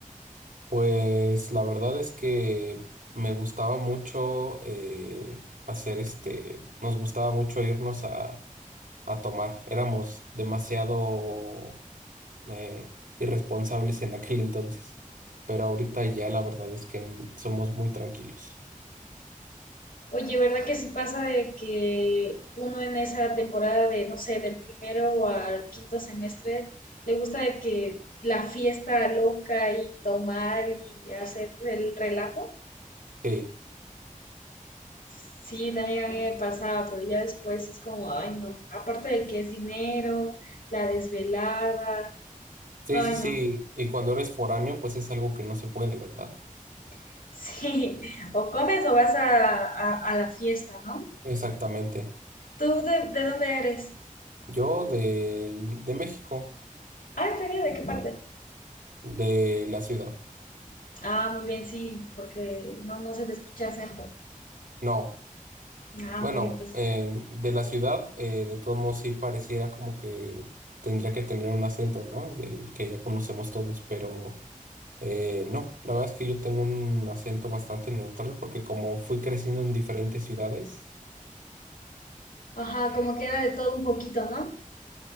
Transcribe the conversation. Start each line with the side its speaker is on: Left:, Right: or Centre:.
Right: Pues la verdad es que me gustaba mucho eh, hacer este, nos gustaba mucho irnos a, a tomar. Éramos demasiado eh, irresponsables en aquel entonces, pero ahorita ya la verdad es que somos muy tranquilos.
Left: Oye, ¿verdad que sí pasa de que uno en esa temporada de, no sé, del primero al quinto semestre, le gusta de que la fiesta loca y tomar y hacer el relajo?
Right: Sí,
Left: Sí, también a mí me pasaba, pero ya después es como, ay no, aparte de que es dinero, la desvelada,
Right: sí,
Left: ay
Right: sí, sí.
Left: no,
Right: Y cuando eres foráneo, pues es algo que no se puede, ¿verdad?
Left: <laughs> sí, o comes o vas a, a- a la fiesta, ¿no?
Right: Exactamente.
Left: ¿Tú de, de dónde eres?
Right: Yo del- de México,
Left: Ah, ¿todavía de qué parte?
Right: de la ciudad.
Left: Ah, muy bien, sí, porque no, no se te escucha acento.
Right: No.
Left: Ah,
Right: Bueno,
Left: muy bien, pues.
Right: eh, de la ciudad, eh, de todos modos sí pareciera como que tendría que tener un acento, ¿no? El que ya conocemos todos, pero eh, no, la verdad es que yo tengo un acento bastante neutral porque como fui creciendo en diferentes ciudades,
Left: Ajá, como que era de todo un poquito, ¿no?